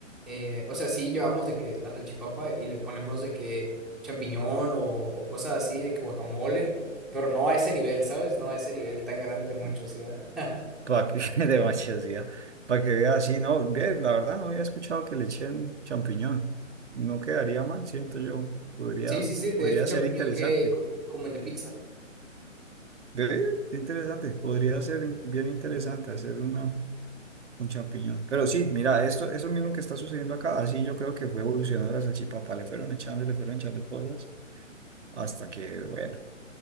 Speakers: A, in the centre; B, on the right.
A: eh, o sea, sí llevamos de que la salchipapa y le ponemos de que champiñón o, o cosas así, de que guacamole, pero no a ese nivel, ¿sabes? No a ese nivel tan grande de monchosidad.
B: ok.
A: <laughs>
B: Para que, <laughs> demasiado, para que vea así, no, bien, la verdad no había escuchado que le echen champiñón. No quedaría mal, siento yo. Podría,
A: Sí, sí, sí,
B: podría
A: de este champiñón
B: ser interesante.
A: que co- como el de pizza,
B: Ve, interesante, podría ser bien interesante hacer una, un champiñón. Pero sí, mira, esto, eso mismo que está sucediendo acá, así yo creo que fue evolucionando la salchipapa, le fueron echando, le fueron echando cosas, hasta que, bueno.